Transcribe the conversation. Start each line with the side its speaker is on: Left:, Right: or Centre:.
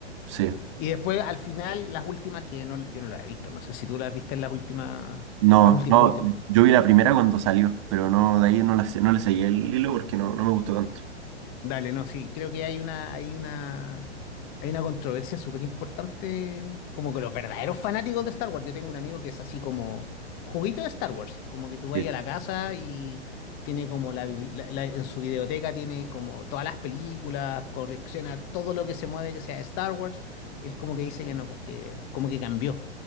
Right: Sí.
Left: Y después, al final, las últimas que no, yo no las he visto. No sé si tú las viste en las últimas,
Right: No,
Left: las últimas,
Right: no,
Left: últimas.
Right: yo vi la primera cuando salió, pero no, de ahí no la, se- no le seguí el hilo porque no, no me gustó tanto.
Left: Dale, no, sí, creo que hay una, hay una, hay una controversia súper importante, como que los verdaderos fanáticos de Star Wars. Yo tengo un amigo que es así como juguito de Star Wars, como que tú vas
Right: Sí.
Left: a la casa y tiene como la, bibli- la- la- en su videoteca tiene como todas las películas, colecciona todo lo que se mueve que sea de Star Wars. Él como que dice que no, porque como que cambió,